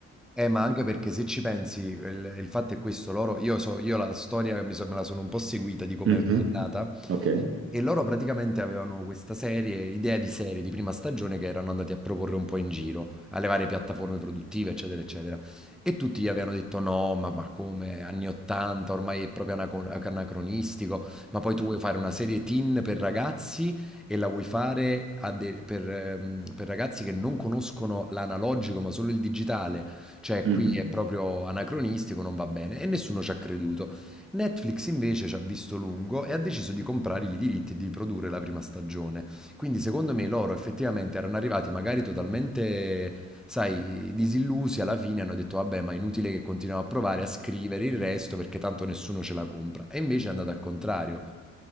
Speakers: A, in the centre; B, on the right.
A: Eh, ma anche perché se ci pensi, il, il fatto è questo, loro, io, so, io la storia mi so- me la sono un po' seguita di come
B: Mhm.
A: è nata,
B: Ok.
A: e loro praticamente avevano questa serie, idea di serie di prima stagione che erano andati a proporre un po' in giro, alle varie piattaforme produttive, eccetera, eccetera, e tutti gli avevano detto no, ma, ma come, anni 80, ormai è proprio anacon- anacronistico, ma poi tu vuoi fare una serie teen per ragazzi e la vuoi fare a de- per ehm, per ragazzi che non conoscono l'analogico ma solo il digitale cioè,
B: Mhm.
A: qui è proprio anacronistico, non va bene. E nessuno ci ha creduto. Netflix invece ci ha visto lungo e ha deciso di comprare i diritti e di produrre la prima stagione. Quindi, secondo me, loro effettivamente erano arrivati magari totalmente, sai, disillusi alla fine, hanno detto, vabbè, ma è inutile che continuiamo a provare a scrivere il resto perché tanto nessuno ce la compra. E invece è andato al contrario.